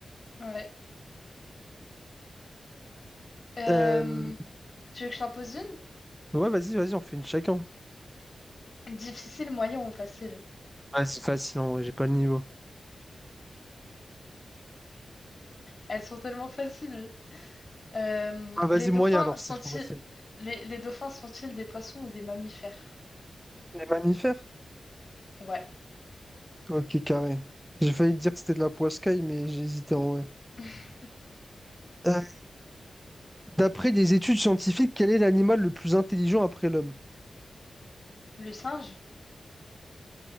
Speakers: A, on the left; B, in the centre.
A: Ouais. Euh,
B: Euh,
A: tu veux que je t'en pose une?
B: Ouais, vas-y, vas-y, on fait une chacun.
A: Difficile, moyen ou facile?
B: Ah, c'est facile, en vrai, j'ai pas le niveau.
A: Elles sont tellement faciles. Euh,
B: Ah, vas-y,
A: les dauphins
B: moyen, alors,
A: sont-ils
B: c'est trop facile.
A: les, les dauphins sont-ils des poissons ou des mammifères?
B: Les mammifères?
A: Ouais.
B: Ok, carré. J'ai failli dire que c'était de la poiscaille, mais j'ai hésité en vrai.
A: <laughs>
B: Euh, d'après des études scientifiques, quel est l'animal le plus intelligent après l'homme?
A: Le singe.